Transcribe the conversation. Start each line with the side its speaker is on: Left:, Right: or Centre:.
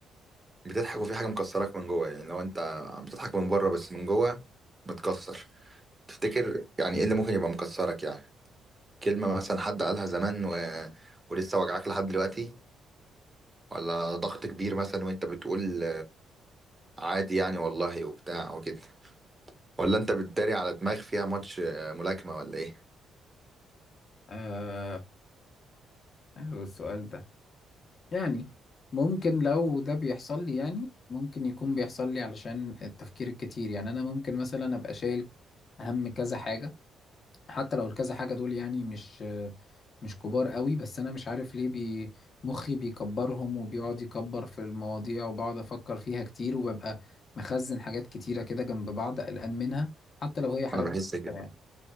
Right: بتضحك وفي حاجه مكسراك من جوه يعني لو انت بتضحك من بره بس من جوه متكسر تفتكر يعني ايه اللي ممكن يبقى مكسرك يعني كلمة مثلا حد قالها زمان و... ولسه وجعاك لحد دلوقتي ولا ضغط كبير مثلا وانت بتقول عادي يعني والله وبتاع وكده ولا انت بتداري على دماغ فيها ماتش ملاكمة ولا ايه
Left: آه... حلو السؤال ده يعني ممكن لو ده بيحصل لي يعني ممكن يكون بيحصل لي علشان التفكير الكتير يعني انا ممكن مثلا ابقى شايل هم كذا حاجة حتى لو الكذا حاجة دول يعني مش مش كبار قوي بس انا مش عارف ليه بي مخي بيكبرهم وبيقعد يكبر في المواضيع وبقعد افكر فيها كتير وببقى مخزن حاجات كتيرة كده جنب بعض قلقان منها حتى لو هي حاجات
Right: انا بحس
Left: بسيطة
Right: كده
Left: يعني